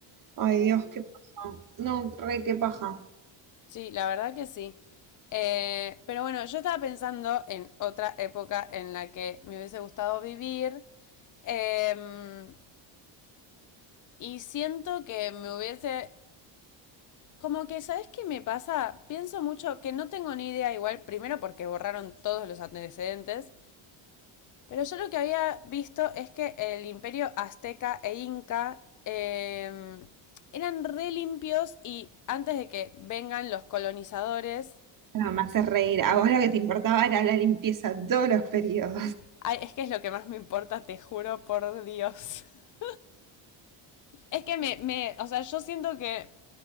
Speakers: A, on the right; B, on the left.
A: Ay,
B: Em,
A: Dios, qué paja. No, re, qué paja.
B: sí, la verdad que sí. Eh, pero bueno, yo estaba pensando en otra época en la que me hubiese gustado vivir. Em, Y siento que me hubiese... Como que, ¿sabes qué me pasa? Pienso mucho que no tengo ni idea igual, primero porque borraron todos los antecedentes, pero yo lo que había visto es que el imperio azteca e inca eh, eran re limpios y antes de que vengan los colonizadores,
A: Nada más es reír. A vos lo que te importaba era la limpieza todos los periodos.
B: ay, es que es lo que más me importa, te juro por Dios. <laughs> Es que me, me, o sea, yo siento que